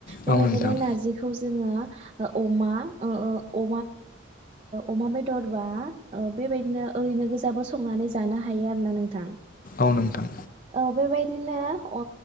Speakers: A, on the left; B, on the right.
A: औ
B: बेबायदिनो
A: नोंथां
B: बे नारजिखौ जोङो अमा ओ अमा बेदरबा बेबायदिनो ओरैनो गोजाबो संनानै ज जानो हायो आरो ना नोंथां
A: औ नोंथां
B: औ बेबायदिनो ओ